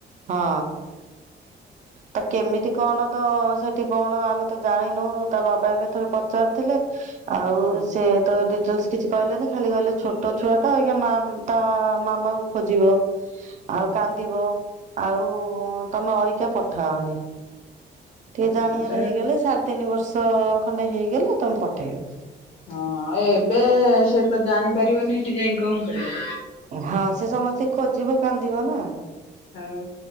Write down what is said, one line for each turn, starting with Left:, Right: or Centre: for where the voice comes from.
Right: ହଁ। ତ କେମିତି କଣ ତ ସେଠି କଣ ଆମେ ତ ଜାଣିନୁ। ତା ବାବା ଏବେ ଥରେ ପଚାରିଥିଲେ ଆଉ
Left: ହୁଁ
Right: ସେ ତ ଡିଟେଲସ କିଛି କହିଲେନି, ଖାଲି କହିଲେ ଛୋଟ ଛୁଆ ଟା ଅଇକା ମା ତା ମାମା କୁ ଖୋଜିବ, ଆଉ କାନ୍ଦିବ, ଆଉ ତମେ ଅଇକା ପଠାଅନି। ଟିକେ ଜାଣିଆର
Left: ସେଟା
Right: ହେଇଗଲେ, ସାଢେ ତିନି ବର୍ଷ ଖଣ୍ଡେ ହେଇଗଲେ ତମେ ପଠେଇବ।
Left: ହଁ, ଏବେ ସେ ତ ଜାଣିପାରିବନି, ସେଠି ଯାଇ କଣ କରିବ?
Right: ହଁ, ସେ ସମସ୍ତିଙ୍କି ଖୋଜିବ, କାନ୍ଦିବ ନା।
Left: ଆଉ